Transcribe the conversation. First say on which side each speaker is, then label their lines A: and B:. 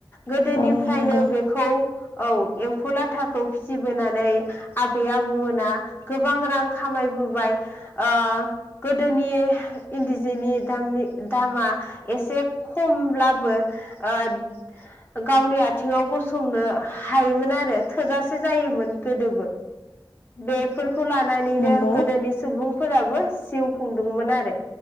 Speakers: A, on the left (about 25°); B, on the left (about 85°).
A: गोदोनिफ्रायनो
B: औ नंगौ औ नंगौ
A: बेखौ औ एम्फौ लाथाखौ फिसिबोनानै आबै आबौमोना गोबां रां खामायबो बाय ओ गोदोनि इन्दिजिनि दामा एसे खमब्लाबो ओ गावनि आथिङाव गसंनो हायोमोन आरो थोजासे जायोमोन गोदोबो
B: औ
A: बेफोरखौ लानानै
B: नंगौ
A: गोदोनि सुबुंफोराबो जिउ खुंदोंमोन आरो